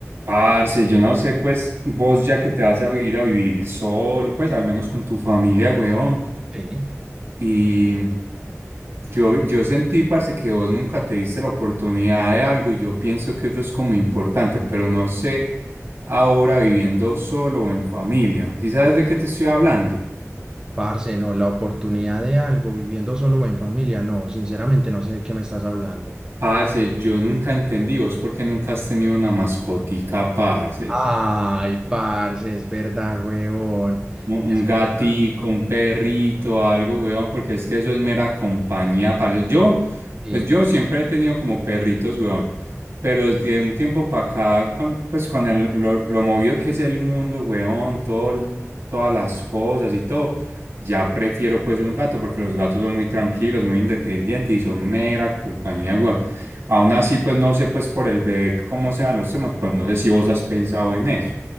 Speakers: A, on the right; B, on the right.
A: Parce, yo no sé, pues vos ya que te vas a vivir a vivir solo, pues al menos con tu familia, weón.
B: Sí.
A: Y yo, yo sentí, parce, que vos nunca te diste la oportunidad de algo y yo pienso que eso es como importante, pero no sé ahora viviendo solo o en familia. ¿Sí sabes de qué te estoy hablando?
B: Parce, no, la oportunidad de algo viviendo solo o en familia, no, sinceramente no sé de qué me estás hablando.
A: Parce, yo nunca entendí vos por qué nunca has tenido una mascotica, parce.
B: Ay, parce, es verdad, huevón.
A: Un
B: Y es
A: un gatico,
B: verdad.
A: un perrito, algo, weón, porque es que eso es mera compañía, parce. Yo,
B: sí.
A: pues yo siempre he tenido como perritos, weón, pero desde un tiempo para acá, cuan- pues con el, lo, lo movido que es el mundo, weón, todo, el- todas las cosas y todo, ya prefiero pues un gato, porque los gatos son muy tranquilos, muy independientes y son mera compañía, weón. Aún así, pues no sé, pues por el bebé, cómo sean los temas, pues no sé si vos has pensado en eso.